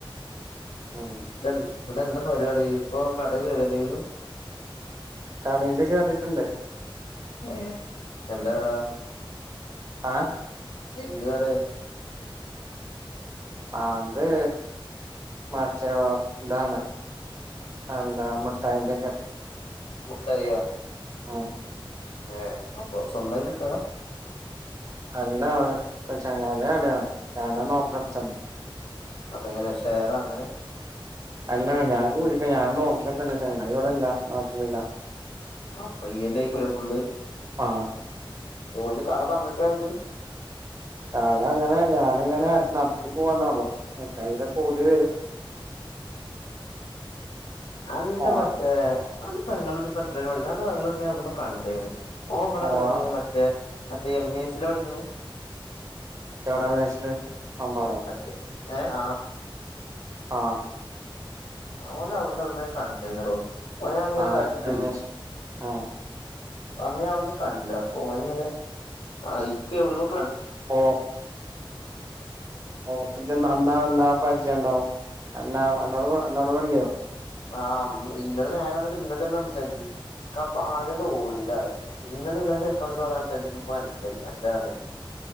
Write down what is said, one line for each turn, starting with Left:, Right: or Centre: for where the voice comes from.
Right: ഉം
Left: ഇന്നട്ടെദാ പരിപാടി ഇപ്പൊ കടേ കേറിയല്ലേനു
Right: കടയില് കേറീട്ടുണ്ട്
Left: ഏ എന്താടാ
Right: ആ
Left: എന്ത്കടെ
Right: അത് മറ്റെ എന്താണ് അതെന്താ മുട്ടായിന്റെ ഒക്കെ
Left: മുട്ടായിയ
Right: ഉം
Left: ഏ അപ്പൊ സ്വന്തായിട്ട് ഇട്ടതാ
Right: അല്ല ചങ്ങായിന്റെ കടയാ ഞാനാണ് ഓപ്പൺ അടിച്ചാണ്
Left: അപ്പൊങ്ങനെ ഷേറ അങ്ങനെ
Right: അല്ലടാ ഞാൻ കൂടിയിട്ട് ഞാ നോക്കിയ തന്ന ചങ്ങായിവടല്ല നാട്ടിലില്ല
Left: ആപ്പയ്യനേക്കുലെ ഫുള്ള്
Right: ആ
Left: ഓന് കട തന്നക്ക എനക്ക്
Right: കാട അങ്ങനെ ഞാനിങ്ങനെ നടത്തി പോവാന്നാ ഉള്ളു എക്കടെ കൂടി വരും
Left: എന്റെ
Right: ഓണ
Left: മറ്റേ എന്റെ പങ്ങളോടിപ്പ എത്രൽ പഠിക്കും അന്റെ പങ്ങളോട എവിടന്ന് കണ്ടേന്ന് ഓ ഇവടെ
Right: ഓണ
Left: പഠിക്കെണ മറ്റേ മറ്റേ എം ഇ എ സിലാ പഠിക്കണ്
Right: എവിടാ വയസില് അമ്പാടോ
Left: മറ്റേ ഏ ആ
Right: ആ
Left: അവെന അവിടുന്ന് എവിട്ന്നോ ഞാ കഢീനിയെടൊ ഓനെ ഞാ ഇങ്ങനെ
Right: ആഹ്
Left: ഇതാക്കിയപ്പളേ
Right: എം എസ് ആഹ്
Left: അന്നേ അവിടുന്ന് കണ്ട് അപ്പൊ ഓന് ങ്ങനെ ഇക്ക എവിടന്ന്
Right: ഓ ഓ ണ്ടാവും എന്ന എന്നോട് ഓട് മിണ്ടിയൊ
Left: ആഹ് ഇങ്ങട് നേരെ വന്നിട്ട് ഇങ്ങട്ടെന്നെ സംസാരിച്ച് അപ്പൊ ആദ്യന്നെ ഓടിയിലാാണ് പിന്നെ നിങ്ങൾ ചെക്കന്നിട്ട് കൊറേ സംസാരിച്ചപ്പൊ മനസ്സിലായി എന്താന്ന്